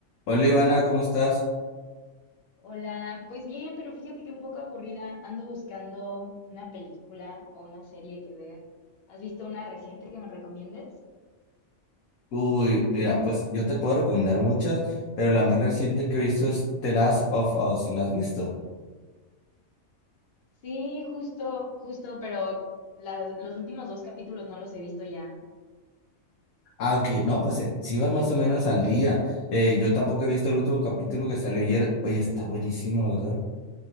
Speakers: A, on the left; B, on the left.
A: Hola Ivana, ¿cómo estás?
B: Hola, pues bien, pero fíjate que un poco aburrida. Ando buscando una película o una serie que ver. ¿Has visto una reciente que me recomiendes?
A: Uy, mira, pues yo te puedo recomendar muchas, pero la más reciente que he visto es The Last of Us. ¿La has visto?
B: Sí, justo, justo, pero la- los últimos dos capítulos no los he visto ya.
A: Ah, ok, no, pues eh, sí vas más o menos al día. Eh, yo tampoco he visto el último capítulo que salió ayer. Oye, está buenísimo, ¿verdad?